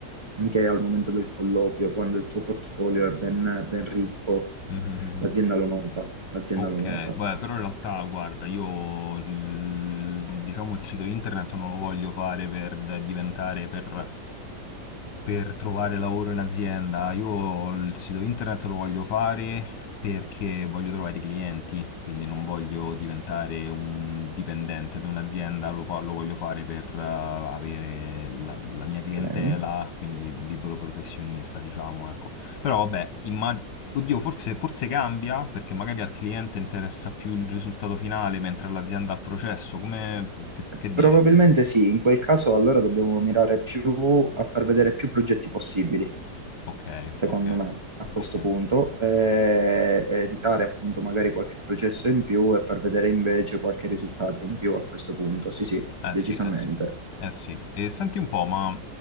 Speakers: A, on the right; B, on the left.
A: anche al momento del colloquio, quando il tuo portfolio è ben, ben ricco,
B: Mhm.
A: l'azienda lo nota, l'azienda
B: Ok,
A: lo nota,
B: beh, però in realtà, guarda, io il- diciamo il sito internet non lo voglio fare per da- diventare per, per trovare lavoro in azienda. Io il sito internet lo voglio fare perché voglio trovare i clienti, quindi non voglio diventare un dipendente da un'azienda, lo, fa- lo voglio fare per eh, avere la, la mia clientela,
A: ok?
B: quindi libero professionista, diciamo, ecco. Però vabbè, immag- Oddio, forse, forse cambia perché magari al cliente interessa più il risultato finale mentre all'azienda al processo. Come, che, che
A: Probabilmente
B: dici?
A: sì, in quel caso allora dobbiamo mirare più a far vedere più progetti possibili
B: Ok,
A: secondo
B: ok,
A: me, a questo
B: ok.
A: punto, e evitare appunto magari qualche processo in più e far vedere invece qualche risultato in più a questo punto. Sì, sì,
B: Eh
A: decisamente.
B: sì, eh sì. Eh sì. E senti un po', ma